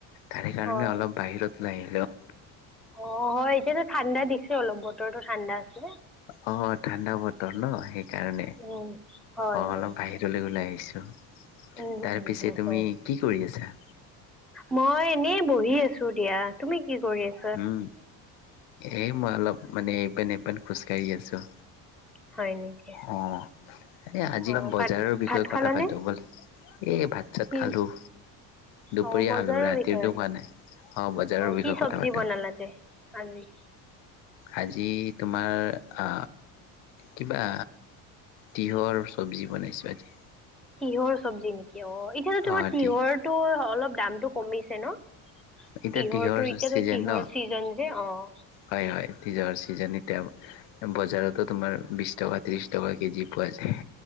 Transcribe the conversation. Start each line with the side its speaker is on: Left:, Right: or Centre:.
Left: তাৰে কাৰণে
Centre: হয়।
Left: অলপ বাহিৰত ওলাই আহিলোঁ।
Centre: অ', হয় এতিয়াতো ঠাণ্ডা দিছে অলপ বতৰতো ঠাণ্ডা আছে।
Left: অ' ঠাণ্ডা বতৰ ন সেইকাৰণে
Centre: উম, হয়,
Left: অ'
Centre: হয়।
Left: অলপ বাহি লৈ ওলাই আহিছোঁ।
Centre: উম,
Left: তাৰপিছে
Centre: উম, উম,
Left: তুমি
Centre: হয়।
Left: কি কৰি আছা?
Centre: মই এনেই বহি আছো দিয়া, তুমি কি কৰি আছ
Left: উম, এ মই অলপ মানে ইপিন সিপিন খোজকাাঢ়ি আছোঁ।
Centre: হয়, নেকি?
Left: অ', এই আজি
Centre: অ',
Left: বজাৰৰ
Centre: ভাত
Left: বিষয়ে
Centre: ভাত
Left: কথা
Centre: খালানে?
Left: পাতো বল এই ভাত চাত
Centre: কি
Left: খালোঁ। দুপৰীয়া
Centre: অ', বজাৰৰ
Left: খালোঁ ৰাতিৰতো
Centre: বিষয়ে
Left: খোৱা নাই। অ' বজাৰৰ
Centre: কি
Left: বিষয়ে
Centre: চব্জি
Left: কথা পাতো।
Centre: বনালা <inaudible>
Left: আজি তোমাৰ আ কিবা তিঁয়হৰ চব্জি বনাইছোঁ আজি।
Centre: তিয়ঁহৰ চব্জি নিকি অ' সেইফালে তোমাৰ
Left: অ
Centre: তিয়ঁহৰটো
Left: তিহ
Centre: অলপ দামটো কমিছে ন?
Left: এতিয়া
Centre: তিয়হঁৰটো
Left: তিঁহৰ
Centre: এতিয়াতো
Left: চিজন
Centre: তিয়হঁৰ
Left: ন
Centre: চিজন যে অ'।
Left: হয়, হয়, তিয়হঁৰ চিজন এতিয়া। বজাৰতো তোমাৰ বিশ টকা ত্ৰিশ টকা কেজি পোৱা যায়।